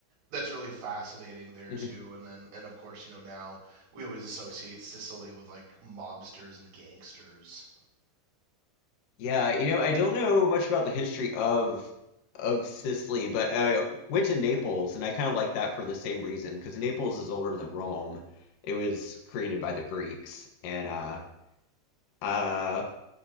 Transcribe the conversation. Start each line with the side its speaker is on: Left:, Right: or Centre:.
Right: that's really fascinating there
Left: Mm-hmm.
Right: too. And then and of course you know now we always associate Sicily with like mobsters and gangsters.
Left: Yeah,
Right: Uh,
Left: you know, I don't know much about the history of of Sicily, but I went to Naples, and I kind of like that for the same reason because Naples is older than Rome. It was created by the Greeks, and uh, uh,